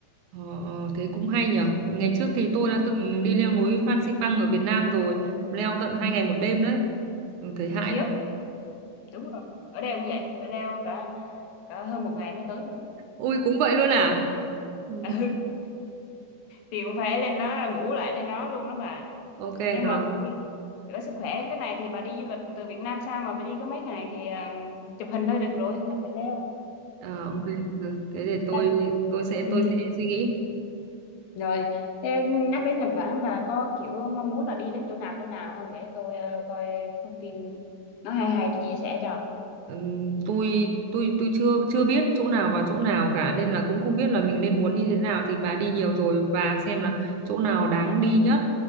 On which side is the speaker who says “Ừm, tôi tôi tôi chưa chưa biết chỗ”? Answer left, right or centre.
Right